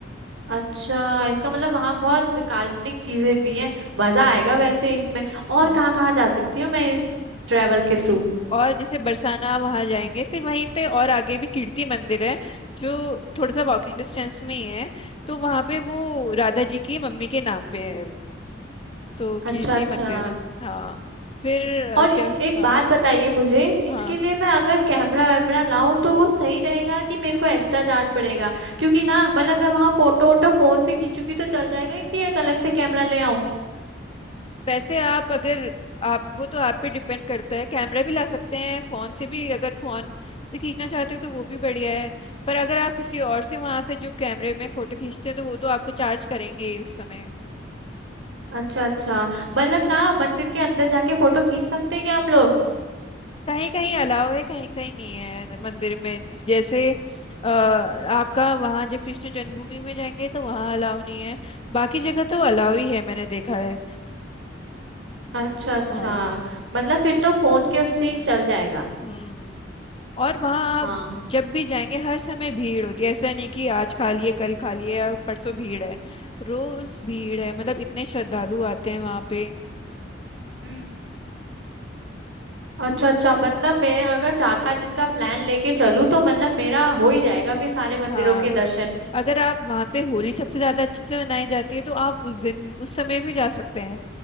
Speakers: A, on the right; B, on the left.
A: अच्छा इसका मतलब वहां बहुत काल्पनिक चीजें भी हैं मजा आएगा
B: हाँ
A: वैसे इसमें और
B: हाँ
A: कहाँ कहाँ जा सकती हूँ मैं इस ट्रेवल के थ्रू
B: और जैसे बरसाना वहां जाएंगे फिर वहीं पे और आगे भी कीर्ति मंदिर है जो थोड़ा सा वॉकिंग डिस्टेंस में ही है तो वहां पे वो राधा जी की मम्मी के नाम पे है तो
A: अच्छा
B: कीर्ति
A: अच्छा
B: मंदिर हाँ फिर अ,
A: और एक
B: क्या हाँ
A: बात बताइए मुझे इसके
B: हाँ
A: लिए मैं अगर कैमरा वैमरा लाऊं तो वो सही रहेगा कि मेरे को एक्स्ट्रा चार्ज पड़ेगा क्योंकि ना मतलब मैं वहां फोटो वोटो फोन से खींचूंगी तो चल जाएगा कि एक अलग से कैमरा ले आऊं
B: वैसे आप अगर आप वो तो आप पे डिपेंड करता है कैमरा भी ला सकते हैं फोन से भी अगर फोन से खींचना चाहते हो तो वो भी बढ़िया है पर अगर आप किसी और से वहां से जो कैमरे में फोटो खींचते हैं तो वो तो आपको चार्ज करेंगे ही उस समय
A: अच्छा अच्छा मतलब ना मंदिर के अंदर जाके फोटो खींच सकते हैं क्या हम लोग
B: कहीं कहीं अलाव है कहीं कहीं नहीं है मंदिर में जैसे अ, आपका वहाँ जब कृष्ण जन्मभूमि में जाएंगे तो वहाँ अलाव नहीं है बाकी जगह तो अलाव ही है मैंने देखा है
A: अच्छा अच्छा
B: हाँ
A: मतलब फिर तो फोन के उससे ही चल जाएगा
B: हम्म और वहाँ
A: हाँ
B: आप जब भी जाएंगे हर समय भीड़ होती है ऐसा नहीं कि आज खा लिए कल खा लिए या परसों भीड़ है रोज भीड़ है मतलब इतने श्रद्धालु आते हैं वहाँ पे
A: हम्म अच्छा अच्छा मतलब मैं अगर चार पांच दिन का प्लान लेके चलूँ तो मतलब मेरा हो ही जाएगा फिर सारे मंदिरों
B: हाँ
A: के दर्शन
B: अगर आप वहाँ पे होली सबसे ज्यादा अच्छे से मनाई जाती है तो आप उस दिन उस समय भी जा सकते हैं